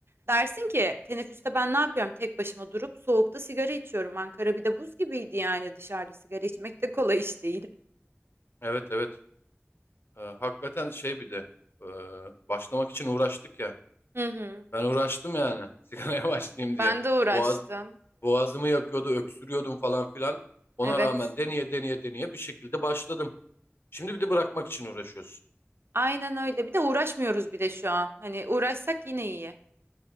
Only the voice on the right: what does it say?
Dersin ki teneffüste ben ne yapıyorum tek başıma durup soğukta sigara içiyorum. Ankara bir de buz gibiydi yani dışarıda sigara içmek de kolay iş değil.
Hı hı.
Ben
de uğraştım.
Evet.
Aynen öyle. Bir de uğraşmıyoruz bile şu an. Hani uğraşsak yine iyi.